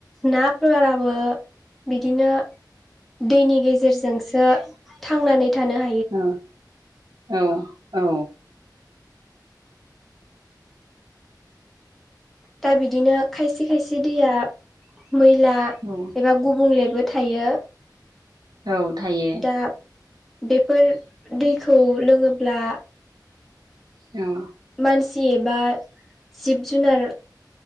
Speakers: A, in the centre; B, on the right (about 65°).
A: नाफोराबो बिदिनो दैनि गेजेरजोंसो थांनानै थानो हा
B: औ औ औ
A: दा बिदिनो खायसे खायसे दैया मैला
B: औ
A: एबा गुबुंलेबो थायो
B: औ थायो
A: दा बेफोर दैखौ लोङोब्ला
B: औ
A: मानसि एबा जिब जुनार